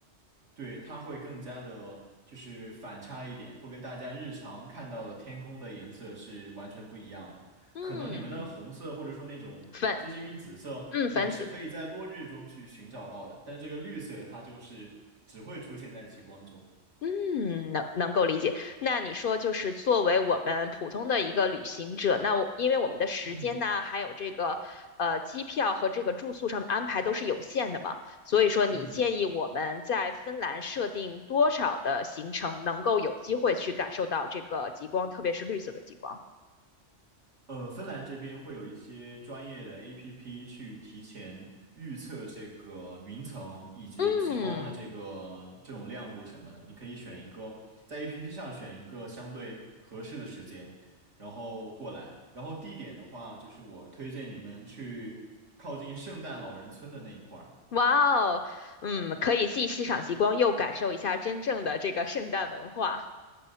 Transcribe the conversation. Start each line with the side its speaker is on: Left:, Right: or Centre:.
Right: 对，它会更加的，就是反差一点，会跟大家日常看到的天空的颜色是完全不一样的。
Left: 嗯，
Right: 可能你们的红色或者说那种接近于紫色，
Left: 粉，嗯，粉紫。
Right: 对，是可以在落日中去寻找到的，但是这个绿色它就是只会出现在极光中。
Left: 嗯，能能够理解。那你说，就是作为我们普通的一个旅行者，那我因为我们的时间呢，
Right: 嗯
Left: 还有这个呃机票和这个住宿上的安排都是有限的嘛，所以说你建议我们在芬兰设定多少的行程，
Right: 嗯，
Left: 能够有机会去感受到这个极光，特别是绿色的极光？
Right: 呃，芬兰这边会有一些专业的 APP 去提前预测这个云层以及极光的这个这种亮度什么的，
Left: 嗯，
Right: 你可以选一个在 APP 上选一个相对合适的时间，然后过来。然后地点的话，就是我推荐你们去靠近圣诞老人村的那一块儿，
Left: 哇哦，嗯，可以既欣赏极光，又感受一下真正的这个圣诞文化。